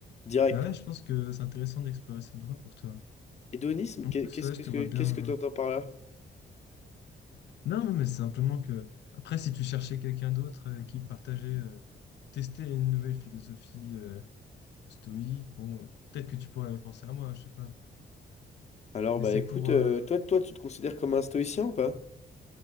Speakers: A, on the left; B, on the left.
A: direct.
B: Ah ouais, je pense que c'est intéressant d'explorer cette voie pour toi.
A: Hédonisme,
B: En
A: qu'est-
B: plus,
A: qu'est-ce
B: ouais,
A: que
B: je te vois bien.
A: qu'est-ce que t'entends
B: euh,
A: par là?
B: Non, mais c'est simplement que après, si tu cherchais quelqu'un d'autre euh, qui partageait, euh, testait une nouvelle philosophie. euh, stoïque. Bon, euh, peut-être que tu pourrais penser à moi, je sais pas.
A: Alors,
B: Mais
A: bah
B: c'est
A: écoute,
B: pour...
A: euh,
B: euh,
A: toi, toi, tu te considères comme un stoïcien ou pas?